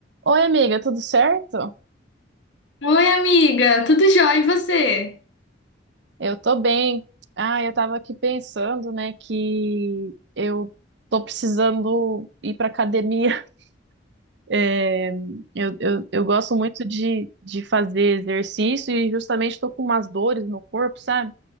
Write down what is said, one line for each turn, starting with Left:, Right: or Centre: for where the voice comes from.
Right: Oi, amiga, tudo certo?
Left: Oi, amiga, tudo jóia e você?
Right: Eu tô bem. Ah, eu tava aqui pensando, né, que eu tô precisando ir pra academia. <laughs> É, eu, eu, eu gosto muito de, de fazer exercício e justamente tô com umas dores no corpo, sabe?